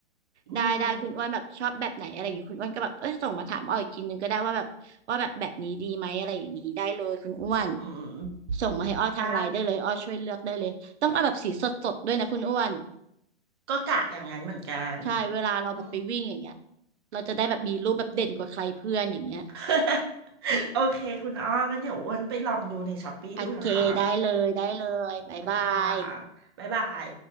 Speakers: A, on the right; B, on the right.
A: อืม
B: ได้ได้คุณอ้วนแบบชอบแบบไหนอะไรอย่างงี้คุณอ้วนก็แบบเอ้ยส่งมาถามอ้ออีกทีนึงก็ได้ว่าแบบว่าแบบแบบนี้ดีไหมอะไรอย่างนี้ได้เลยคุณอ้วน
A: อืม
B: ส่งมาให้อ้อทางไลน์ได้เลยอ้อช่วยเลือกได้เลยต้องเอาแบบสีสดๆด้วยนะคุณอ้วน
A: ได้ก็กะอย่างนั้นเหมือนกัน
B: ใช่เวลาเราแบบไปวิ่งอย่างเงี้ย
A: อืม
B: เราจะได้แบบมีรูปแบบเด่นกว่าใครเพื่อนอย่างเงี้ย
A: <laughs> โอเคคุณอ้องั้นเดี๋ยวอ้วนไปลองดูในช้อปปี้ดูนะคะ
B: โอเคได้เลยได้เลยบ๊ายบาย
A: สวัสดีค่ะบ๊ายบาย